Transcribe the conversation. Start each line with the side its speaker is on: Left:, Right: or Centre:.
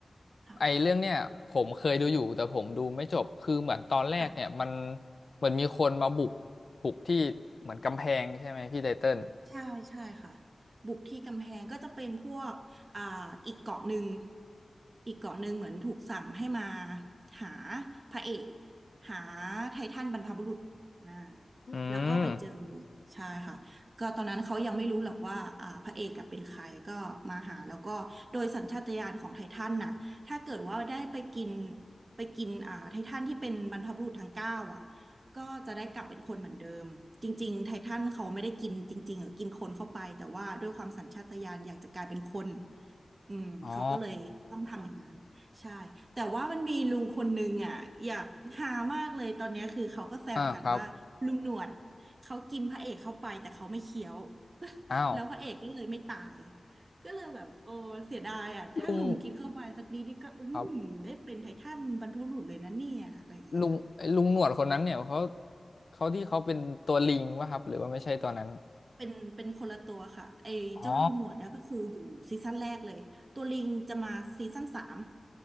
Right: ค่ะ
Left: ไอ้เรื่องเนี่ยผมเคยดูอยู่แต่ผมดูไม่จบคือเหมือนตอนแรกเนี่ยมัน
Right: ค่ะ
Left: เหมือนมีคนมาบุกบุกที่เหมือนกำแพงใช่ไหมพี่ไตเติ้ล
Right: ใช่ใช่ค่ะบุกที่กำแพงก็จะเป็นพวกอ่าอีกเกาะหนึ่งอีกเกาะหนึ่งเหมือนถูกสั่งให้มาหาพระเอกหาไททันบรรพบุรุษอ่า
Left: อืม
Right: แล้วก็ไปเจอใช่ค่ะก็ตอนนั้นเขายังไม่รู้หรอกว่าอ่าพระเอกกับเป็นใครก็มาหาแล้วก็โดยสัญชาตญาณของไททันน่ะถ้าเกิดว่าได้ไปกินไปกินอ่าไททันที่เป็นบรรพบุรุษทั้งเก้าอ่ะ ก็จะได้กลับเป็นคนเหมือนเดิมจริงๆไททันเขาไม่ได้กินจริงๆหรอกินคนเข้าไปแต่ว่าด้วยความสัญชาตญาณอยากจะกลายเป็นคนอืมเขาก็เลยต้องทำอย่างนั้นใช่แต่ว่ามันมีลุงคนนึงอ่ะอยากหามากเลยตอนเนี้ยคือเขาก็แซวกันว่าลุงหนวด
Left: อ๋ออ่าครับ
Right: เขากินพระเอกเข้าไปแต่เขาไม่เคี้ยว <laughs>
Left: อ้าว
Right: แล้วพระเอกก็เลยไม่ตายก็เลยแบบโอ้เสียดายอ่ะถ้าลุงกินเข้าไปสักนิดนี่ก็อืมได้เป็นไททันบรรพบุรุษเลยนะเนี่ยอะไรอย่างเงี้ยค่ะ
Left: ลุงครับ ลุงลุงหนวดคนนั้นเนี่ยเขาเขาที่เขาเป็นตัวลิงป่ะครับหรือว่าไม่ใช่ตัวนั้น
Right: เป็นเป็นคนละตัวค่ะไอ้เจ้าลูกหนวดเนี่ยก็คืออยู่ซีซั่นแรกเลยตัวลิงจะมาซีซั่นสาม
Left: อ๋อ